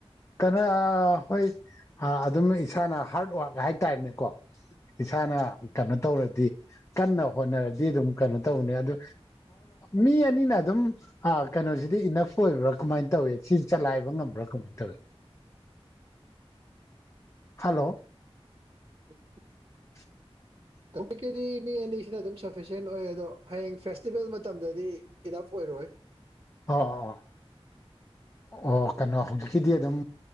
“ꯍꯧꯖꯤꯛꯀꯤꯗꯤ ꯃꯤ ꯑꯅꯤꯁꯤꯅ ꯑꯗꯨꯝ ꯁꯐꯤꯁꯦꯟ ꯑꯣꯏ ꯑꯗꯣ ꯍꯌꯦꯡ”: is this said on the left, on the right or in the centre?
Right